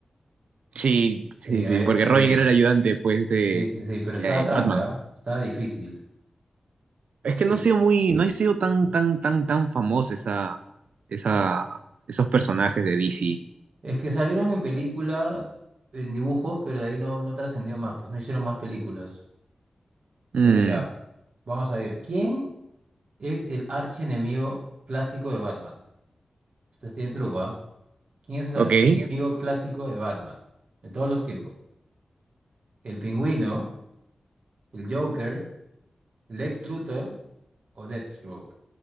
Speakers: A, on the right; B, on the right.
A: Sí, sí,
B: Sí,
A: sí,
B: a veces
A: porque
B: sabía.
A: Robin era el ayudante, pues, de,
B: Sí, sí, sí, pero
A: de
B: estaba tranca,
A: Batman.
B: ¿ah? Estaba difícil.
A: Es que no
B: Sí.
A: ha sido muy, no ha sido tan, tan, tan, tan famoso esa, esa, esos personajes de DC.
B: Es que salieron en película, en dibujos, pero de ahí no, no trascendió más, pues no hicieron más películas.
A: Mm,
B: Pero ya, vamos a ver. ¿Quién es el archienemigo clásico de Batman? Este tiene truco, ¿ah? ¿Quién es el
A: ok.
B: archienemigo clásico de Batman? De todos los tiempos. el pingüino, el Joker, Lex Luthor o Deathstroke.